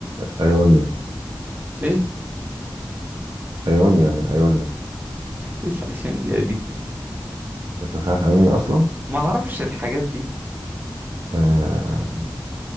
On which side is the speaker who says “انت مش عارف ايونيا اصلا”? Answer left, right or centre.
Right